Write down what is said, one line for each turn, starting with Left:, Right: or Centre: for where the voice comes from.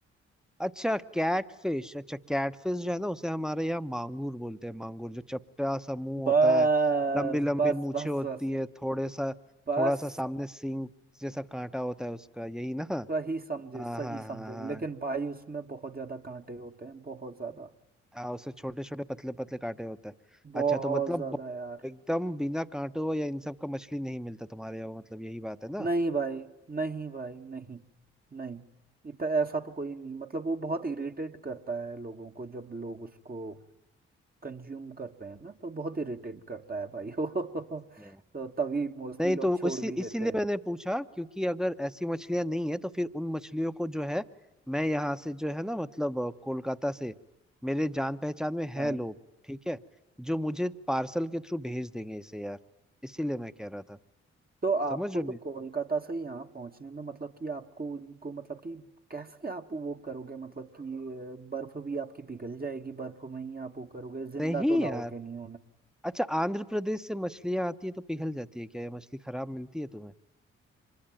Centre: अच्छा कैटफिश अच्छा कैटफिश जो है ना उसे हमारे यहाँ मांगूर बोलते हैं मांगूर जो चपटा सा मुंह होता
Right: बस
Centre: है लंबी लंबी
Right: बस
Centre: मूछें
Right: बस
Centre: होती
Right: बस
Centre: है थोड़े सा
Right: बस
Centre: थोड़ा सा सामने सींग जैसा कांटा होता है उसका यही ना
Right: सही समझे
Centre: हाँ
Right: सही
Centre: हाँ हाँ
Right: समझे
Centre: हाँ
Right: लेकिन भाई उसमें बहुत ज्यादा कांटे होते हैं बहुत ज्यादा
Centre: हाँ उसे छोटे छोटे पतले पतले कांटे होता है
Right: बहुत
Centre: अच्छा तो मतलब
Right: ज्यादा
Centre: ब-
Right: यार
Centre: एकदम बिना कांटों या इन सब का मछली नहीं मिलता तुम्हारे यहाँ मतलब यही बात है ना
Right: नहीं भाई नहीं भाई नहीं नहीं इतना ऐसा तो कोई नहीं मतलब वो बहुत इरिटेट करता है लोगों को जब लोग उसको कंज्यूम करते हैं ना तो बहुत इरिटेट करता है भाई वो <laughs>
Centre: अच्छा
Right: तो तभी मोस्टली
Centre: नहीं
Right: लोग
Centre: तो
Right: छोड़
Centre: उसी
Right: भी देते
Centre: इसीलिए
Right: हैं
Centre: मैंने पूछा क्योंकि अगर ऐसी मछलियां नहीं है तो फिर उन मछलियों को जो है मैं यहाँ से जो है ना मतलब अ, कोलकाता से मेरे जान पहचान में
Right: हाँ
Centre: है लोग ठीक है जो मुझे पार्सल के थ्रू भेज देंगे इसे यार इसीलिए मैं कह रहा था
Right: तो आपको
Centre: समझ रहे
Right: तो
Centre: हो
Right: कोलकाता से यहाँ पहुँचने में मतलब कि आपको उनको मतलब कि कैसे आप वो करोगे मतलब कि अ, बर्फ भी आपकी पिघल जाएगी बर्फ में ही आप वो करोगे जिंदा
Centre: मेरी नहीं
Right: तो लाओगे
Centre: यार
Right: नहीं
Centre: अच्छा आंध्र प्रदेश से मछलियां आती है तो पिघल जाती है क्या ये मछली खराब मिलती है तुम्हें